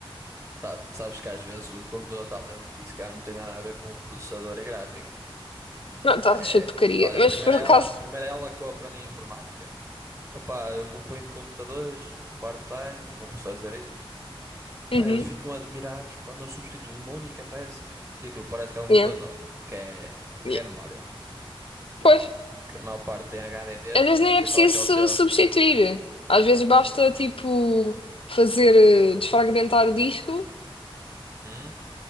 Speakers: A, on the right (about 15°); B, on the left (about 70°).
A: Sa- Sabes que às vezes o computador está lento e isso cá não tem nada a ver com o processador e gráfica.
B: Não, está
A: É,
B: cheio de porcaria,
A: olha,
B: mas
A: primeiro
B: por acaso.
A: é ela, primeiro é ela que eu aprendo em informática. Opa, eu componho computadores, um part-time, o meu professor a dizer isto.
B: Uhum,
A: Pá, eles ficam admirados quando eu substituo uma única peça e aquilo parece que é um computador
B: yeah,
A: novo, que é,
B: yeah.
A: que é memória.
B: Pois.
A: Que a maior parte tem HDDs,
B: Às vezes nem
A: não sei
B: é preciso
A: qual é que é
B: su-
A: o teu.
B: substituir. Às vezes basta, tipo, fazer, eh, desfragmentar o disco.
A: Hum?